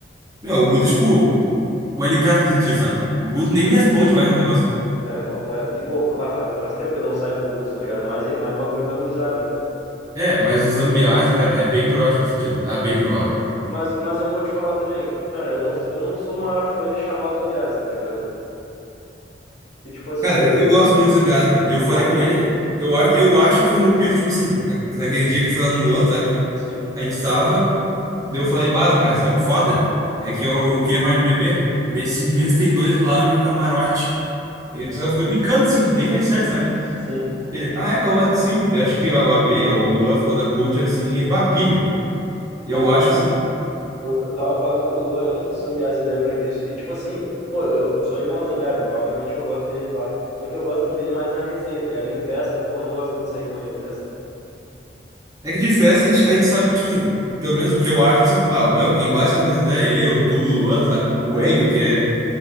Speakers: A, on the right; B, on the left.
A: Meu, o Guto é tipo. O LK fica sentido, sabe? O Guto nem me responde mais no negócio.
B: É, papo reto. E, pô, fa- bah, faz, faz tempo que eu não saio com o Gusto, tá ligado? Mais, re- mais bagulho da gurizada mesmo.
A: É, mas o Zambiase, cara, é bem provável que faz sentido. Ah, bem provável.
B: Mas, mas eu vou te falar também, cara, eu não, eu não sou o maior fã de chamar o Zambiase, tá ligado? E, tipo assim.
A: Cara, eu, eu gosto muito do Zambiás, meu. E eu falei
B: Ah,
A: com
B: eu também.
A: ele, eu, eu, a- eu acho que foi no Pito, tipo assim, a- naquele dia que foi lá no Luan, sabe?
B: Sim,
A: A gente tava, daí eu falei, bah, Zambiás, sabe o foda? É que eu queria parar de beber, mas esse <laughs> mês tem dois lounge e um camarote. E, só que eu falei brincando, assim, nem falei sério, sabe?
B: sim.
A: Dele, ah, é, como assim? Daí Eu acho que o AB ou o Luan falou da Culture, assim, ele, bah, pilho. Eu
B: Mas.
A: acho, assim,
B: Eu, eu tava falando com o Lua, eu não sei se o Zambiase lembra disso. E, tipo assim, pô, eu sou irmão do Zambiase, né? Obviamente eu gosto dele, pá. Só que eu gosto dele mais na resenha, tá ligado? Em festa, pô, não gosto muito de sair com ele em festa.
A: é que de festa a gente, a gente sabe que, tipo assim, pelo menos o que eu acho, assim, bah, ô, meu, quem bate as minhas ideias é eu, tu, o Luan, sabe? O
B: É,
A: Enio, que é